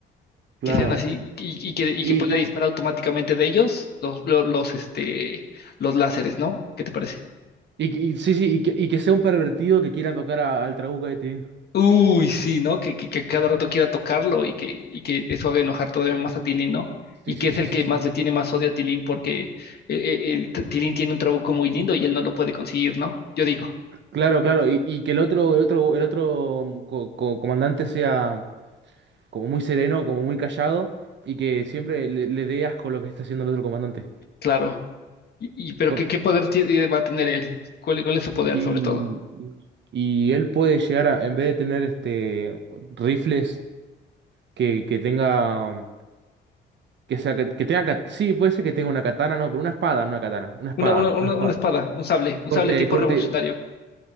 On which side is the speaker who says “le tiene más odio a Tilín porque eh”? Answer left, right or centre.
Left